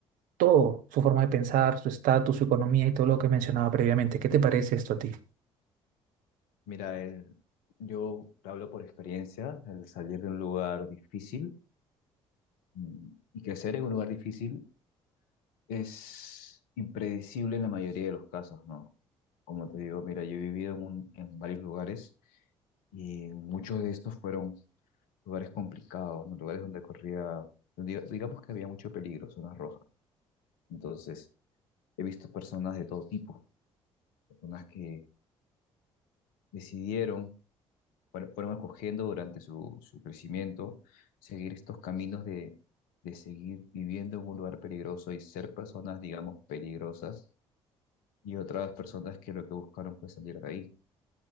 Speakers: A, on the right (about 65°); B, on the left (about 70°).
A: todo, su forma de pensar, su estatus, su economía y todo lo que mencionaba previamente. ¿Qué te parece esto a ti?
B: Mira, el- yo te hablo por experiencia, el salir de un lugar difícil mm, y crecer en un lugar difícil es impredecible en la mayoría de los casos, ¿no? Como te digo, mira, yo he vivido en, un- en varios lugares y muchos de estos fueron lugares complicados, ¿no? Lugares donde corría, diga- digamos que había mucho peligro, zonas rojas. Entonces, he visto personas de todo tipo, personas que decidieron fuer- fueron escogiendo durante su, su crecimiento, seguir estos caminos de, de seguir viviendo en un lugar peligroso y ser personas, digamos, peligrosas, y otras personas que lo que buscaron fue salir de ahí.